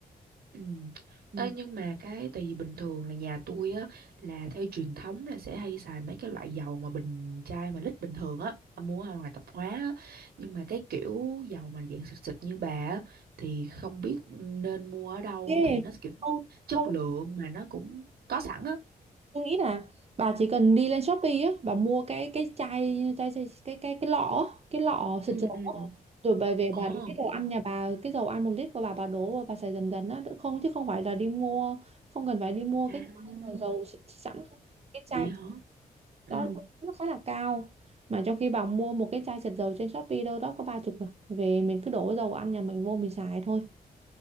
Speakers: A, on the right; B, on the right.
A: Ừ.
B: Ừ.
A: Ê, nhưng mà cái tại vì bình thường là nhà tôi á là theo truyền thống là sẽ hay xài mấy cái loại dầu mà bình chai mà lít bình thường á à, mua ở ngoài tạp hóa á. Nhưng mà cái kiểu dầu mà dạng xịt xịt như bà á thì không biết nên mua ở đâu
B: Ê,
A: thì nó kiểu
B: không
A: chất
B: không
A: lượng mà nó cũng có sẵn á
B: tôi nghĩ là bà chỉ cần đi lên Shopee á bà mua cái cái chai chai, chai cái cái cái lọ á, cái lọ xịt
A: ừ
B: dầu
A: ừ
B: á.
A: ừ.
B: rồi bà về
A: ồ
B: bà lấy cái dầu ăn nhà bà cái dầu ăn một lít của bà bà đổ vào bà xài dần dần á không chứ không phải là đi mua không cần phải đi mua
A: à
B: cái chai mà dầu xịt sẵn đâu. cái chai
A: vậy hả ừ
B: đó nó khá là cao mà trong khi bà mua một cái chai xịt dầu trên Shopee đâu đó có ba chục à về mình cứ đổ dầu ăn nhà mình vô mình xài thôi